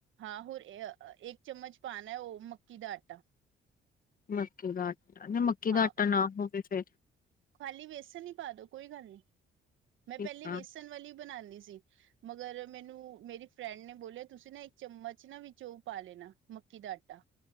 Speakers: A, on the right; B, on the left.
A: ਆ, ਹੋਰ ਏਕ ਚਮਚ ਪਾਣੈ, ਓਹ ਮੱਕੀ ਦਾ ਆਟਾ
B: ਮੱਕੀ ਦਾ ਆਟਾ, ਨਾ ਮੱਕੀ ਦਾ
A: ਹਾਂ
B: ਆਟਾ ਨਾ ਹੋਵੇ ਫਿਰ?
A: ਖਾਲੀ ਵੇਸਨ ਹੀ ਪਾ ਦੋ ਕੋਈ ਗੱਲ ਨਹੀਂ
B: ਠੀਕ
A: ਮੈਂ ਪਹਿਲੇ
B: ਆ
A: ਵੇਸਣ ਵਾਲੀ ਬਣਾਉਂਦੀ। ਸੀ ਮਗਰ ਮੈਨੂੰ ਮੇਰੀ ਫਰੈਂਡ ਨੇ ਬੋਲਿਆ, ਤੁਸੀਂ ਨਾ ਇੱਕ ਚਮਚ ਨਾ ਵਿਚ ਉਹ ਪਾ ਲੈਣਾ। ਮੱਕੀ ਦਾ ਆਟਾ